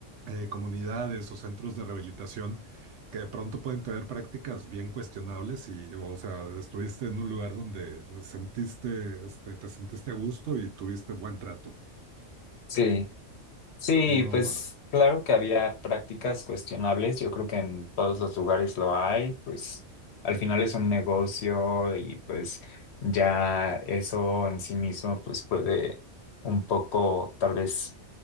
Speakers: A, on the right; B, on the left.
A: eh, comunidades o centros de rehabilitación que de pronto pueden tener prácticas bien cuestionables y, o sea, estuviste en un lugar donde sentiste, este, te sentiste a gusto y tuviste buen trato.
B: sí. Sí,
A: No,
B: pues claro que había prácticas cuestionables, yo creo que en todos los lugares lo hay, pues al final es un negocio y pues ya eso en sí mismo pues puede un poco tal vez